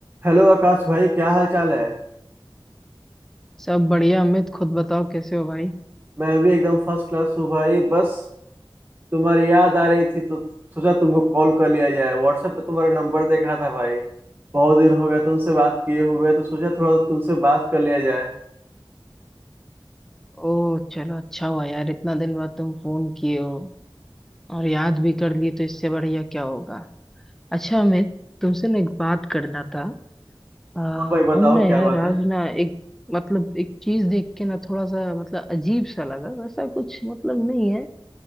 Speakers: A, on the right; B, in the centre.
A: Hello Akash भाई क्या हाल चाल है
B: सब बढ़िया अमित खुद बताओ कैसे हो भाई
A: मैं भी एकदम फर्स्ट क्लास हूँ भाई बस तुम्हारी याद आ रही थी तो सोचा तुमको कॉल कर लिया जाए व्हाट्सएप पे तुम्हारा नंबर देखा था भाई बहुत दिन हो गया तुमसे बात किए हुए तो सोचा थोड़ा तुमसे बात कर लिया जाए
B: ओह चलो अच्छा हुआ यार इतना दिन बाद तुम फोन किए हो और याद भी कर लिए तो इससे बढ़िया क्या होगा अच्छा अमित तुमसे ना एक बात करना था आ,
A: हाँ भाई बताओ
B: हम ना यार
A: क्या बात
B: आज
A: है
B: ना एक मतलब एक चीज देख के ना थोड़ा सा मतलब अजीब सा लगा वैसा कुछ मतलब नहीं है